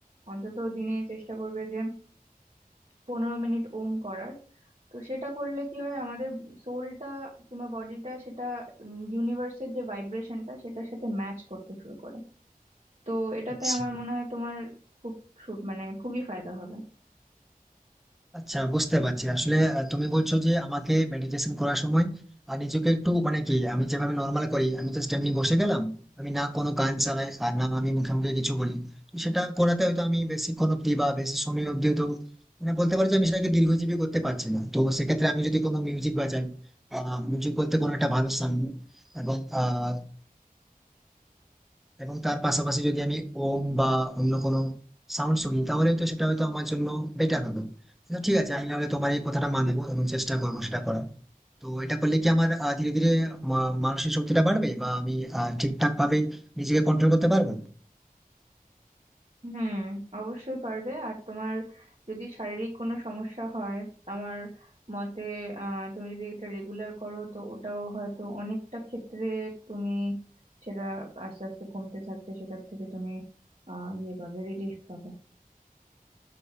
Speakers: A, on the right; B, in the centre.
A: অন্তত দিনে চেষ্টা করবে যে পনেরো মিনিট ওম করার তো সেটা করলে কি হয় আমাদের সোলটা কিংবা বডিটা সেটা ইউনিভার্সের যে ভাইব্রেশনটা সেটার সাথে ম্যাচ করতে শুরু করে তো এটাতে
B: আচ্ছা
A: আমার মনে হয় তোমার খুব সু- মানে খুবই ফায়দা হবে
B: আচ্ছা বুঝতে পারছি আসলে আহ, তুমি বলছো যে আমাকে মেডিটেশন করার সময় আর নিজেকে একটু মানে কি আমি যেভাবে নর্মাল করি আমি জাস্ট এমনি বসে গেলাম আমি না কোনো গান চালাই আর না আমি মুখে মুখে কিছু বলি তো সেটা করাতে হয়তো আমি বেশিক্ষণ অব্দি বা বেশি সময় অব্দি হয়তো মানে বলতে পারছি আমি সেটাকে দীর্ঘজীবী করতে পারছি না তো সেক্ষেত্রে আমি যদি কোনো মিউজিক বাজাই আহ মিউজিক বলতে কোনো একটা ভালো সং এবং আহ এবং তার পাশাপাশি যদি আমি ওম বা অন্য কোনো সাউন্ড শুনি তাহলে তো সেটা হয়তো আমার জন্য বেটার হবে তো ঠিক আছে আমি নাহলে তোমার এই কথাটা মানবো এবং চেষ্টা করবো সেটা করার তো এটা করলে কি আমার আহ, ধীরে ধীরে মা- মানসিক শক্তিটা বাড়বে বা আমি আহ, ঠিকঠাক ভাবে নিজেকে কন্ট্রোল করতে পারবো
A: হুম অবশ্যই পারবে আর তোমার যদি শারীরিক কোনো সমস্যা হয় আমার মতে আহ তুমি যদি এটা রেগুলার করো তো ওটাও হয়তো অনেকটা ক্ষেত্রে তুমি সেটা আস্তে আস্তে কমতে থাকবে সেটার থেকে তুমি আহ ইয়ে পাবে রিলিফ পাবে